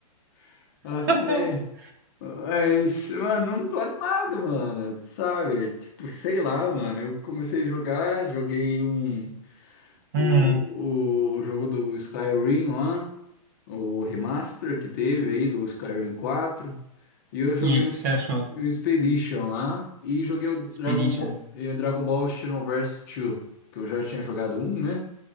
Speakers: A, on the left (about 30°); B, on the right (about 35°).
A: <laughs> assinei.
B: <laughs>
A: Mas, mano, não tô animado, mano, sabe? Tipo, sei lá, mano, eu comecei a jogar, joguei um, o,
B: Hum,
A: o, o jogo do Skyrim lá. o remaster que teve aí do Skyrim quatro E eu joguei
B: e aí, o
A: um,
B: que
A: Ex-
B: você achou?
A: um Expedition lá e joguei o Dragon
B: Inspiration.
A: Ball, eh, Dragon Ball Xenoverse 2, que eu já tinha jogado um, né?